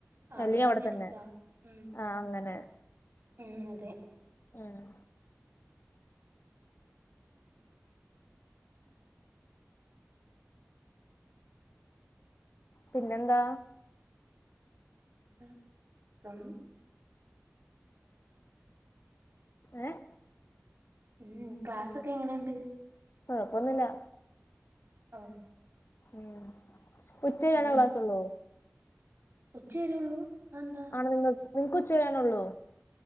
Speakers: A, on the right; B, on the left.
A: അവിടെന്നിട്ടും
B: അല്ലെങ്കിൽ അവിടെ
A: അടിക്കാ
B: തന്നെ
A: ആഹ്
B: ആഹ് അങ്ങനെ
A: ആഹ് അതെ
B: ആഹ് പിന്നെന്താ
A: ന്താ സുഖം
B: ഏഹ്
A: ഉം ക്ലാസൊക്കെ എങ്ങനെണ്ട്
B: കൊഴപ്പൊന്നുല്ല
A: ഓഹ്
B: ഉം ഉച്ച വരെയാണോ
A: നീ
B: ക്ലാസ് ഉള്ളൂ
A: ഉച്ചരെള്ളൂ അതെന്താ
B: നി നിങ്ങക്ക് ഉച്ചരെള്ളൂ